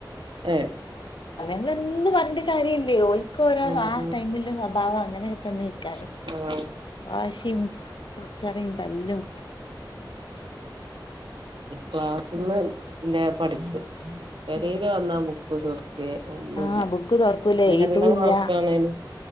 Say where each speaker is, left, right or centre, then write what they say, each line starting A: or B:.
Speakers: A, on the right (about 80°); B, on the left (about 75°).
A: ഏ
B: അന്ന് പറണ്ട കാര്യമ ഇല്ലേ ഒരിക്ക ഓരോ
A: ആഹ്
B: ആ ടൈമില സ്വഭാവം അങ്ങനെയൊക്കെ തന്നെ യ്‌ക്കാരം
A: ആഹ് ആഹ്
B: വാശിയും കച്ചറയും തല്ലും
A: ക്ലാസ്സിന്ന്
B: ഉം.
A: പഠിപ്പ് വെരയില്
B: ഉം.
A: വന്നാ ബുക്ക് തർ ഒന്നുമല്ല
B: ആ ബുക്ക് തുറക്കൂലേ
A: നല്ല
B: ഇതുമില്ല
A: മാർക്കണന്